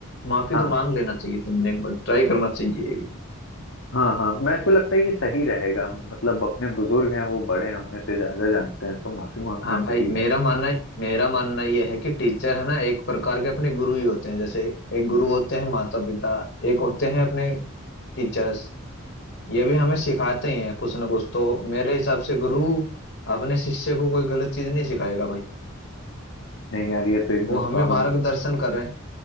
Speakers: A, on the left; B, on the left.
A: माफी
B: हाँ
A: तो मांग लेना चाहिए तुमने एक बार ट्राई करना चाहिए ये भी
B: हाँ हाँ मेरे को लगता है ये सही रहेगा मतलब अपने बुजुर्ग हैं वो बड़े हैं, हमने से ज्यादा जानते हैं तो माफी मांगना
A: हाँ
B: सही
A: भाई
B: रहे
A: मेरा मानना मेरा मानना यह है कि टीचर है ना एक प्रकार के अपने गुरु ही होते हैं जैसे एक गुरु होते हैं माता पिता एक होते हैं अपने टीचर्स ये भी हमें सिखाते ही हैं कुछ ना कुछ तो मेरे हिसाब से गुरु अपने शिष्य को कोई गलत चीज नहीं सिखाएगा भाई
B: नहीं यार ये तो एकदम
A: वो हमें
B: सोनम
A: मार्गदर्शन कर रहे हैं